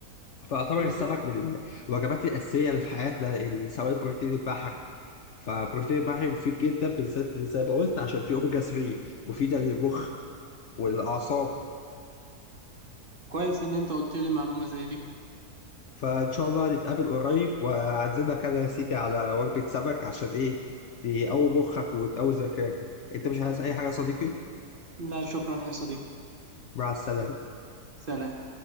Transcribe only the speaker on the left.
فيعتبر
السمك من الوجبات الاساسيه اللي في حياتنا ال- سواء بروتين البحر فبروتين البحر مفيد جدا بالذات اللي زي ما قلت عشان فيه اوميجا 3 مفيده للمخ والاعصاب
فإن شاء الله نتقابل قريب وأعزمك أنا يا سيدي على وجبة سمك عشان إيه إيه، تقوي مخك وتقوي ذاكرتك أنت مش عايز أي حاجة يا صديقي
مع السلامة